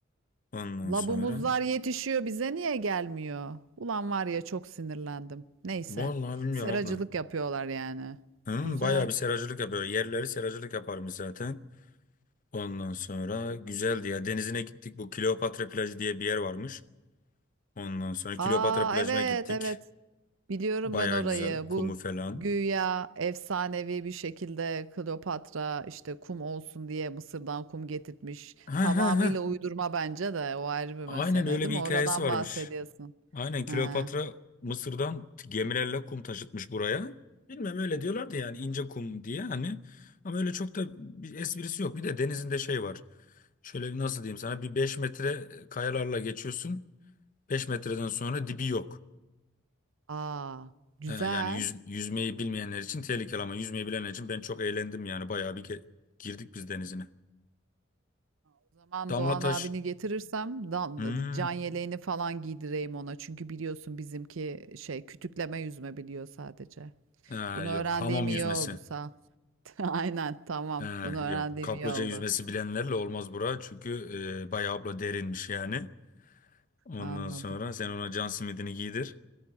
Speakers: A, on the left; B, on the right.
A: Ondan
B: Labu
A: sonra
B: muzlar yetişiyor bize niye gelmiyor? Ulan var ya çok sinirlendim. Neyse.
A: vallahi bilmiyorum
B: Seracılık
A: abla.
B: yapıyorlar yani.
A: Hmm,
B: Güzel.
A: bayağı bir seracılık yapıyor. Yerleri seracılık yaparmış zaten. Ondan sonra güzeldi ya. Denizine gittik. Bu Kleopatra plajı diye bir yer varmış. Ondan sonra
B: Aa
A: Kleopatra plajına
B: evet
A: gittik.
B: evet. Biliyorum
A: Bayağı
B: ben orayı.
A: güzel. Kumu
B: Bu
A: falan.
B: güya efsanevi bir şekilde Kleopatra işte kum olsun diye Mısır'dan kum getirtmiş.
A: Ha
B: Tamamıyla
A: ha ha.
B: uydurma bence de o ayrı bir
A: Aynen
B: mesele
A: öyle
B: değil
A: bir
B: mi? Oradan
A: hikayesi varmış.
B: bahsediyorsun.
A: Aynen Kleopatra
B: Ha.
A: Mısır'dan gemilerle kum taşıtmış buraya. Bilmem öyle diyorlardı yani ince kum diye hani. Ama öyle çok da bir esprisi yok. Bir de denizinde şey var. Şöyle bir nasıl diyeyim sana bir 5 metre kayalarla geçiyorsun. beş metreden sonra dibi yok.
B: Aa güzel.
A: Ee, yani yüz, yüzmeyi bilmeyenler için tehlikeli ama yüzmeyi bilenler için ben çok eğlendim yani. Bayağı bir ke- girdik biz denizine.
B: O zaman
A: Damla
B: Doğan
A: taş.
B: abini getirirsem dan,
A: Hmm.
B: can yeleğini falan giydireyim ona. Çünkü biliyorsun bizimki şey kütükleme yüzme biliyor sadece.
A: Ee,
B: Bunu
A: yok
B: öğrendiğim
A: hamam
B: iyi
A: yüzmesi.
B: oldu sağ. <laughs> Aynen tamam.
A: Ha,
B: Bunu öğrendiğim
A: yok kaplıca
B: iyi oldu.
A: yüzmesi bilenlerle olmaz bura çünkü e, bayağı abla derinmiş yani. Ondan
B: Anladım.
A: sonra sen ona can simidini giydir.